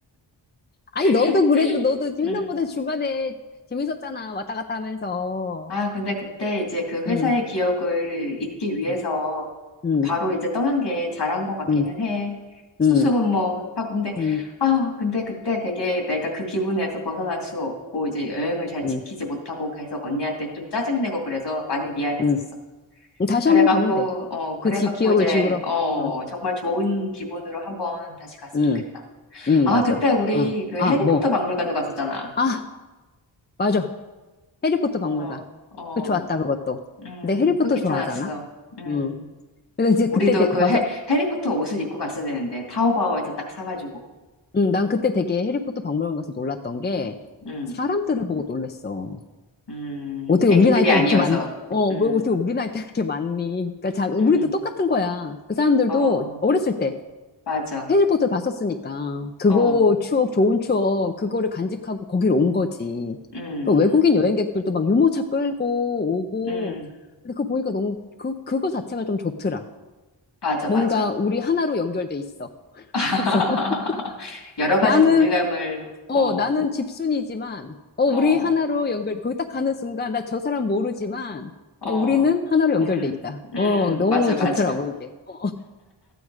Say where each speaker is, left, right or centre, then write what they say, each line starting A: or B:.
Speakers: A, on the left (about 20°); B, on the left (about 60°).
A: 아니
B: <laughs>
A: 너도 그래도 너도 횡단보도
B: 응.
A: 중간에 재밌었잖아. 왔다 갔다 하면서.
B: 아, 근데 그때 이제 그 회사의
A: 응,
B: 기억을 잊기 위해서
A: 응, 응,
B: 바로 이제 떠난 게 잘한 것 같기는
A: 응,
B: 해. 수수분모
A: 응,
B: 하고. 근데,
A: 응,
B: 아, 근데 그때 되게 내가 그 기분에서 벗어날 수 없고 이제 여행을 잘
A: 응.
B: 지키지 못하고 계속 언니한테 좀 짜증내고 그래서 많이 미안했었어.
A: 응. 다시
B: 그래갖고,
A: 한 번 가면 돼.
B: 어, 그래갖고
A: 그 지, 기억을
B: 이제,
A: 지우러.
B: 어,
A: 응,
B: 정말 좋은 기분으로 한번 다시 갔으면
A: 응,
B: 좋겠다.
A: 응,
B: 아,
A: 맞아.
B: 그때 우리
A: 응.
B: 그
A: 아,
B: 해리포터
A: 뭐.
B: 박물관도 갔었잖아.
A: 아, 맞아. 해리포터
B: 어,
A: 박물관.
B: 어,
A: 그 좋았다, 그것도.
B: 음,
A: 근데 해리포터
B: 그거 괜찮았어.
A: 좋아하잖아?
B: 음.
A: 음. 그래서 이제
B: 우리도
A: 그때 되-
B: 그
A: 봐서,
B: 해, 해리포터 옷을 입고 갔어야 되는데, 타오바오에서 딱 사가지고.
A: 음, 난 그때 되게 해리포터 박물관 가서 놀랐던 게,
B: 음,
A: 사람들을 보고 놀랬어.
B: 음,
A: 어떻게
B: 애기들이
A: 우리 나이 때
B: 아니어서.
A: 그렇게 많, 어,
B: 음,
A: 왜 어떻게 우리 나이 때 그렇게 많니? 그러니까 자, 우리도
B: 음,
A: 똑같은 거야. 그 사람들도
B: 어,
A: 어렸을 때
B: 맞아.
A: 해리포터를 봤었으니까, 그거
B: 어,
A: 추억, 좋은 추억, 그거를 간직하고 거기로 온 거지.
B: 음,
A: 그 외국인 여행객들도 막 유모차 끌고 오고,
B: 음,
A: 근데 그거 보니까 너무, 그, 그거 자체가 좀 좋더라.
B: 맞아,
A: 뭔가
B: 맞아.
A: 우리 하나로 연결돼 있어.
B: <laughs>
A: 그래서 <laughs>
B: 여러
A: 나는
B: 가지 동질감을,
A: 어
B: 어,
A: 나는 집순이지만 어 우리
B: 어,
A: 하나로 연결 거기 딱 가는 순간 나 저 사람 모르지만
B: 어,
A: 어, 우리는 하나로 연결돼
B: 음,
A: 있다.
B: 음,
A: 어 너무
B: 맞아,
A: 좋더라고
B: 맞아.
A: 그게. 어,